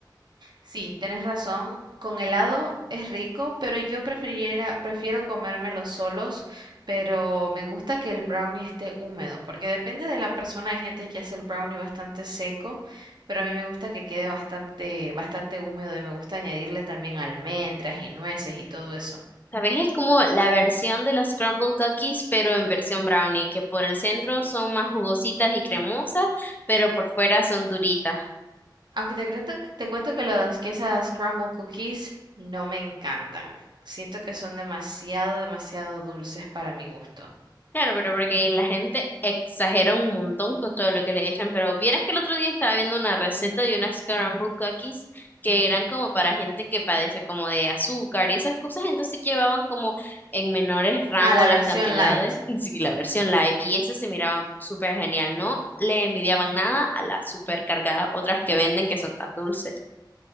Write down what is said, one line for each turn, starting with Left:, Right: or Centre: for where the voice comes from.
Right: Sí, tienes razón. Con helado es rico, pero yo prefiriera, prefiero comérmelos solos, pero me gusta que el brownie esté húmedo, porque depende de la persona. Hay gente que hace el brownie bastante seco, pero a mí me gusta que quede bastante, bastante húmedo y me gusta añadirle también almendras y nueces y todo eso.
Left: ¿Sabes? Es como la versión de los crumble cookies, pero en versión brownie, que por el centro son más jugositas y cremosas, pero por fuera son duritas.
Right: Aunque te cuento, te cuento que los, que esas crumble cookies no me encantan. Siento que son demasiado, demasiado dulces para mi gusto.
Left: Claro, pero porque la gente exagera un montón con todo lo que le echan, pero vieras que el otro día estaba viendo una receta de unas scrambled cookies que eran como para gente que padece como de azúcar y esas cosas, entonces llevaban como en menores rangos
Right: Ah, la
Left: las
Right: versión
Left: cantidades,
Right: light.
Left: <laughs> y sí, la versión light, y esas se miraban súper genial, no le envidiaban nada a las súper cargadas otras que venden que son tan dulces.